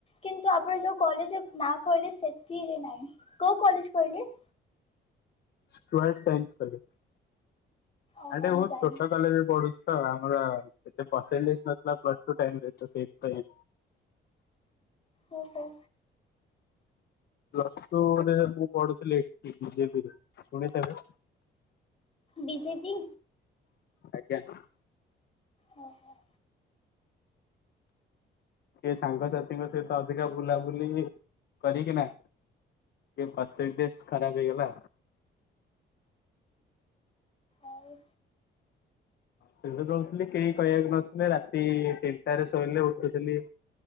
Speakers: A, on the left (about 30°); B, on the left (about 55°).
A: କିନ୍ତୁ ଆପଣ ଯୋଉ କଲେଜ ନା କହିଲେ ସେଥିରେ ନାହିଁ କୋଉ କଲେଜ କହିଲେ?
B: Stewart science college.
A: ଓହୋ
B: ଆଡେ
A: ମୁଁ
B: ବହୁତ
A: ଜାଣିନି
B: ଛୋଟ <unintelligible> କଲେଜେରେ ପଢୁଛି। ତ ଆମର ଏତେ ପରସେଣ୍ଟେଜ ନଥିଲା ପ୍ଲସ ଟୋ ଟେନରେ ସେଇଥିପାଇଁ
A: ଓ ହୋ।
B: ପ୍ଲସ ଟୋ ରେ ମୁ ପଢୁଥିଲି ଏଠି ବିଜେପିରେ ଶୁଣିଥେବେ।
A: ବିଜେପି
B: ଆଜ୍ଞା।
A: ଅ ହୋ।
B: କି ସାଙ୍ଗସାଥିଙ୍କ ସହିତ ଅଧିକା ବୁଲାବୁଲି କରିକିନା ଏ ପରସେଣ୍ଟେଜ ଖରାପ ହେଇଗଲା।
A: ଆଉ
B: <unintelligible> ରହୁଥିଲି କେହି କହିବାକୁ ନଥିଲେ ରାତି ତିନିଟାରେ ଶୋଇଲେ ଉଠୁଥିଲି